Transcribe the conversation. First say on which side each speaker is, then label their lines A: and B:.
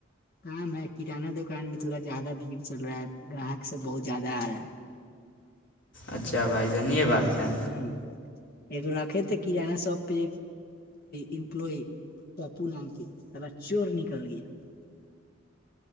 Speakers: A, on the left (about 50°); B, on the left (about 65°).
A: کام ہے کرانہ دکان میں تھوڑا زیادہ بھیڑ چل رہا ہے گراہک سب بہت زیادہ آ رہا ہے
B: اچھا بھائی جنی یہ بات ہے
A: ہوں ایک رکھے تھے کرانہ شوپ پہ ایمپلئی پاپو نام کے پا چور نکل گیا